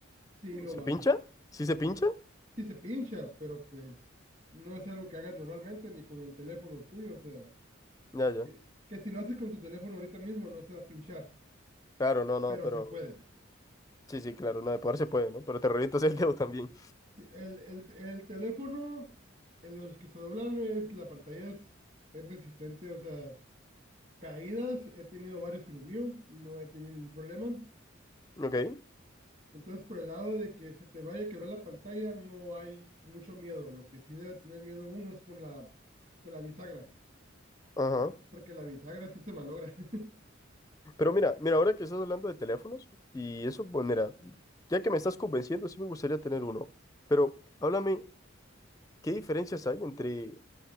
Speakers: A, on the right; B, on the left.
A: sí lo
B: ¿Se
A: vas
B: pincha?
A: a...
B: ¿Sí se pincha?
A: Sí se pincha, pero pues no es algo que hagas normalmente ni con el teléfono tuyo. O sea,
B: Ya, ya.
A: que, que si lo haces con tu teléfono ahorita mismo no se va a pinchar,
B: Claro, no, no,
A: pero
B: pero
A: se puede.
B: sí, sí, claro, no, de poder se puede, ¿no? Pero te revientas el
A: O sea,
B: dedo también.
A: sí, el, el, el teléfono, en los que se doblan es, la pantalla es, es resistente, o sea, caídas, he tenido varias con el mío, no he tenido ningún problema.
B: Ok,
A: Entonces, por el lado de que se te vaya a quebrar la pantalla, no hay mucho miedo. Lo que sí debe tener miedo uno es con la, con la bisagra,
B: ajá.
A: por- porque la bisagra sí se malogra. <laughs>
B: Pero mira, mira, ahora que estás hablando de teléfonos y eso, pues mira, ya que me estás convenciendo, sí me gustaría tener uno. Pero háblame, ¿qué diferencias hay entre